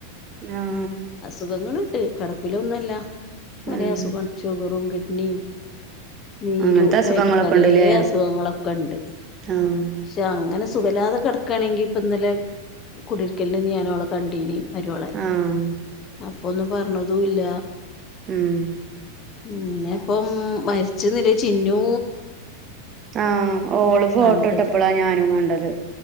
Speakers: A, on the right (about 30°); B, on the left (about 30°).
A: ആഹ്
B: അസുഖങ്ങളണ്ട് കിടപ്പിലൊന്നുംല്ല പലെ
A: ഉം
B: അസുഖംഉണ്ട് ഷുഗറും കിഡ്നിയും നീരുംഒക്കെ
A: അങ്ങനത്തെ അസുഖങ്ങളൊക്കെ
B: ആയിട്ട് പലെ
A: ഇണ്ട്ല്ലേ
B: അസുഖങ്ങളൊക്കെ ഉണ്ട് പക്ഷെ
A: ആഹ്
B: അങ്ങനെ സുഖല്ലാതെ കെടക്കയാണെങ്കിൽ ഇപ്പോ ഇന്നലെ കുടരിക്കലിനൊന്നും ഞാനൊളപ്പം കണ്ടീനി മരുളെ
A: ആഹ്
B: അപ്പൊന്നും പറഞ്ഞതും ഇല്ല
A: ഉം
B: പിന്നെ ഇപ്പം മരിച്ചുന്നുല്ലത് ചിന്നൂ
A: ആഹ് ഓള് ഫോട്ടോ
B: കണ്ടത്
A: ഇട്ടപ്പളാ ഞാനും കണ്ടത്